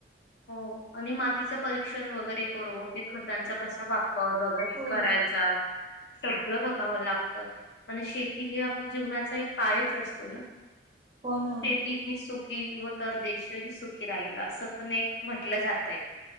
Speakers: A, on the left; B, on the right.
A: हो आणि मातीचं परीक्षण वगैरे करू खतांचा कसा बाप कॉर वगैरे
B: हो
A: करायचा सगळं बघावं लागत आणि शेती हे आपल्या जीवनाचा एक पायच असतो ना
B: हो ना
A: शेती ही सुख सुखी <unintelligible> व तर देशही सुखी राहील असं पण एक म्हटलं जातय